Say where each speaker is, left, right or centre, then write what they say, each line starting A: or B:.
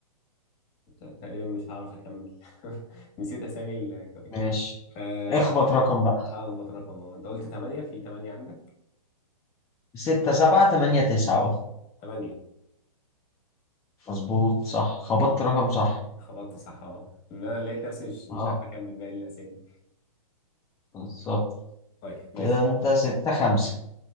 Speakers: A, on the left; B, on the left.
A: مت- تقريبا مش هعرف أكمل <laughs> نسيت أسامي الكواكب
B: ماشي
A: آه،
B: اخبط رقم بقى
A: هخبط رقم واحد. أنت قلت تمانية في تمانية عندك
B: ستة سبعة تمانية تسعة اه
A: تمانية
B: مظبوط صح خبطت رقم صح
A: خبطت صح أه إن أنا لقيت نفسي مش مش
B: اه
A: عارف أكمل باقي الأسامي
B: بالظبط
A: طيب ماشي
B: كده انت ستة خمسة